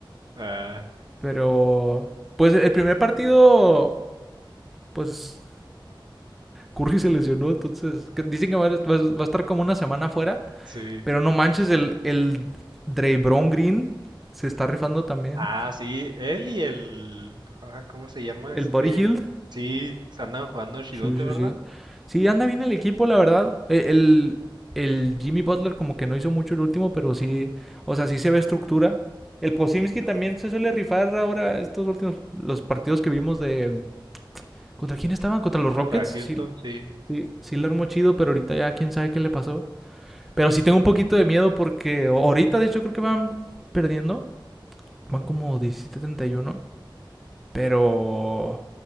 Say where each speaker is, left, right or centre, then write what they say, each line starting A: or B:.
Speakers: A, on the right; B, in the centre.
A: ah,
B: pero pues el primer partido pues Curry se lesionó, entonces que- dicen que va, a- va va a estar como una semana afuera,
A: sí.
B: pero no manches, el, el Draybron Green se está rifando también.
A: Ah, sí, él y el... ah, ¿cómo se llama
B: El
A: este?
B: Buddy Hield.
A: Sí, andan jugando chidote,
B: Sí, sí,
A: ¿verdad?
B: sí. Sí, anda bien el equipo, la verdad. E- El, el Jimmy Butler como que no hizo mucho el último, pero sí, o sea, sí se ve estructura. El Posimski también se suele rifar ahora estos últimos, los partidos que vimos de... ¿Contra quién estaban? ¿Contra los
A: Contra
B: Rockets? Sí,
A: Houston, sí.
B: sí, sí le armó chido, pero ahorita ya quién sabe qué le pasó. Pero sí tengo un poquito de miedo porque ahorita, de hecho, creo que van perdiendo. Van como 17-31. Pero